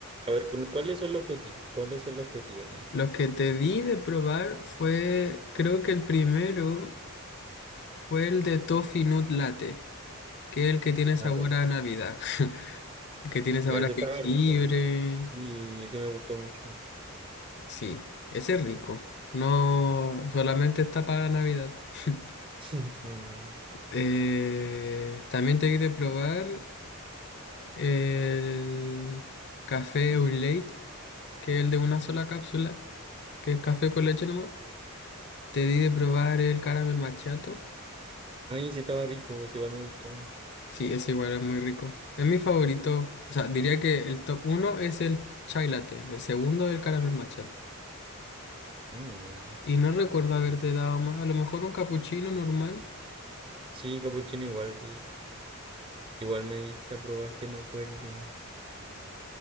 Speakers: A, on the right; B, on the left.
A: a ver, cu- ¿cuáles son los que, ti- cuáles son los que tienes?
B: Los que te di de probar fue. Creo que el primero fue el de Toffee Nut Latte, que es el que tiene sabor
A: Ah, ya.
B: a Navidad. <laughs> El que tiene sabor
A: Ya, ese
B: a
A: estaba
B: jengibre.
A: rico. Y ese me gustó mucho.
B: Sí, ese es rico. No solamente está para Navidad. <laughs>
A: Mm.
B: Eh, también te di de probar. el café au lait, que es el de una sola cápsula, que es café con leche nomás. Te di de probar el caramel macchiato.
A: Ay, ese estaba rico, ese igual me gustó.
B: Sí, es igual, es muy rico. Es mi favorito. O sea, diría que el top uno es el chai latte, el segundo el caramel macchiato.
A: Mm.
B: Y no recuerdo haberte dado más. A lo mejor un capuchino normal.
A: Sí, capuchino, igual, igual me diste a probar que me acuerde.